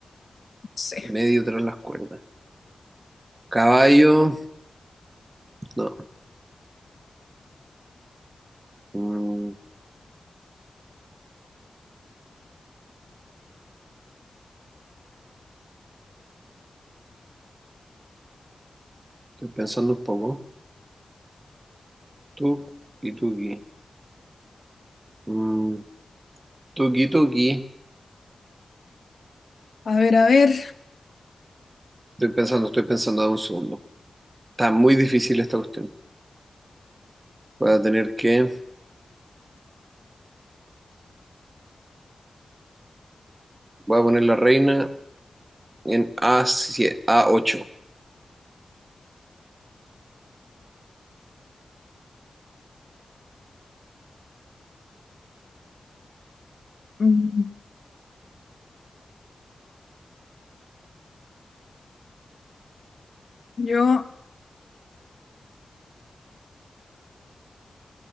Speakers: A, on the left; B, on the right.
A: Sí.
B: medio tras las cuerdas. Caballo... No. Mm, estoy pensando un poco. Tú y tuki. Mm, tuki, tuki.
A: A ver, a ver.
B: Estoy pensando, estoy pensando, dame un segundo. Está muy difícil esta cuestión. Voy a tener que... Voy a poner la reina en a siete, a ocho.
A: Mm, Yo,